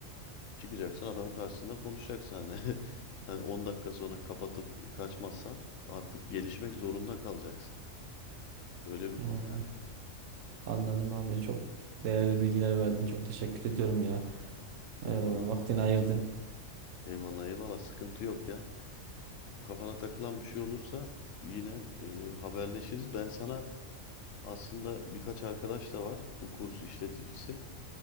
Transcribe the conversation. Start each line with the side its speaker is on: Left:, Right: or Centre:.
Left: çıkacaksın adamın karşısında konuşacaksın hani, <laughs> hani 10 dakika sonra kapatıp kaçmazsan artık gelişmek zorunda kalacaksın. Öyle bir konu
Right: Hmm,
Left: yani.
Right: anladım abi çok değerli bilgiler verdin çok teşekkür ediyorum ya. E,
Left: Eyvallah.
Right: vaktini ayırdın.
Left: Eyvallah eyvallah sıkıntı yok ya. Kafana takılan bir şey olursa yine e, haberleşiriz. Ben sana aslında birkaç arkadaş da var bu kurs işleticisi,